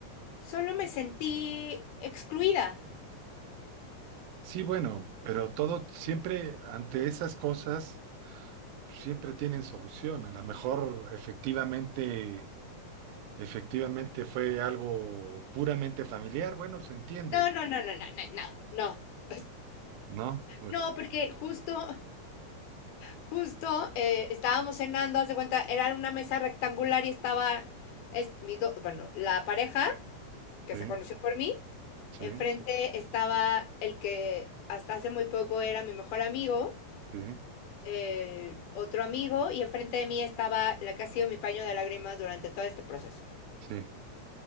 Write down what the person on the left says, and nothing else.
solo me sentí excluida.
No, no, no, no, no, no, no, no. <laughs>
No, porque justo justo eh, estábamos cenando, haz de cuenta, era una mesa rectangular y estaba es, mis do- bueno, la pareja que
se conoció por mí,
enfrente estaba el que hasta hace muy poco era mi mejor amigo,
eh, otro amigo, y enfrente de mí estaba la que ha sido mi paño de lágrimas durante todo este proceso.